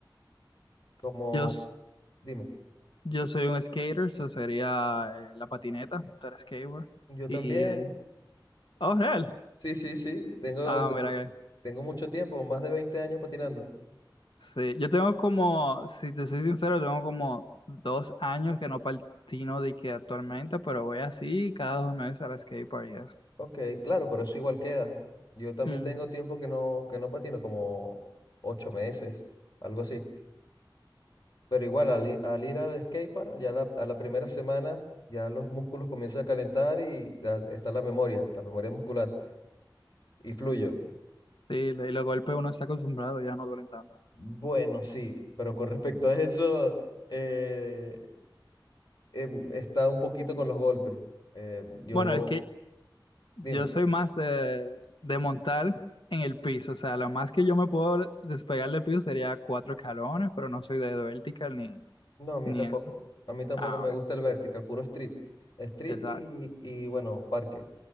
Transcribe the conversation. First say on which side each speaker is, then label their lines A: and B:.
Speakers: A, on the left; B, on the left.
A: como,
B: Yo
A: dime,
B: Yo soy un skater, eso sería eh, la patineta, estar skateboard.
A: yo también.
B: Y, eh, oh, real.
A: Sí, sí, sí, tengo,
B: Ah, mira que.
A: tengo mucho tiempo, más de 20 años patinando.
B: Sí, yo tengo como, si te soy sincero, tengo como dos años que no patino de que actualmente, pero voy así cada dos meses al skateboard y eso.
A: Ok, claro, pero eso igual queda. Yo también
B: Ujú.
A: tengo tiempo que no, que no patino, como ocho meses, algo así. Pero igual, al, i- al ir al skatepark, ya la- a la primera semana, ya los músculos comienzan a calentar y ya está la memoria, la memoria muscular, y fluyo.
B: Sí, y los golpes uno está acostumbrado, ya no duelen tanto.
A: Bueno, sí, pero con respecto a eso, eh, em, está un poquito con los golpes. Eh, yo,
B: Bueno, es que yo
A: dime,
B: soy más de, de montar en el piso, o sea, lo más que yo me puedo despegar del piso sería cuatro escalones, pero no soy de vertical ni,
A: no, a mí
B: ni
A: tampoco,
B: eso.
A: a mí tampoco
B: Ah,
A: me
B: ok.
A: gusta el vertical, puro street. Street
B: Exacto.
A: y, y bueno, parque.